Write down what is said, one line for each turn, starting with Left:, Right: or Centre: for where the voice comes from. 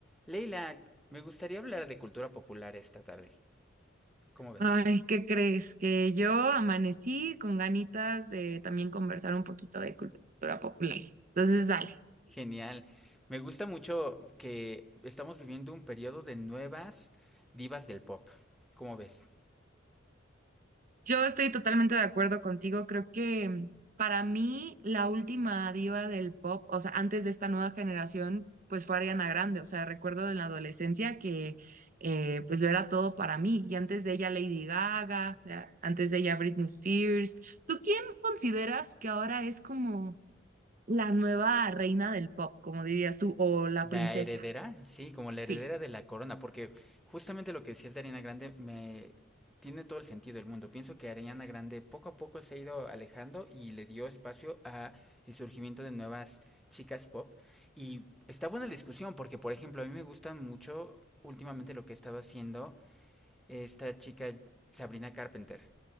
Centre: Leila, me gustaría hablar de cultura popular esta tarde. ¿Cómo ves?
Right: Ay, ¿qué crees? Que yo amanecí con ganitas de también conversar un poquito de cultura popular. Entonces, dale.
Centre: Genial. Me gusta mucho que estamos viviendo un periodo de nuevas divas del pop. ¿Cómo ves?
Right: Yo estoy totalmente de acuerdo contigo. Creo que mm, para mí la última diva del pop, o sea, antes de esta nueva generación, pues fue Ariana Grande. O sea, recuerdo en la adolescencia que eh, pues lo era todo para mí. Y antes de ella Lady Gaga, ya, antes de ella Britney Spears. ¿Tú quién consideras que ahora es como... la nueva reina del pop, como dirías tú, o la princesa.
Centre: La heredera, sí, como la
Right: Sí,
Centre: heredera de la corona, porque justamente lo que decías de Ariana Grande me tiene todo el sentido del mundo. Pienso que Ariana Grande poco a poco se ha ido alejando y le dio espacio a el surgimiento de nuevas chicas pop. Y está buena la discusión, porque por ejemplo, a mí me gusta mucho últimamente lo que estaba haciendo esta chica Sabrina Carpenter.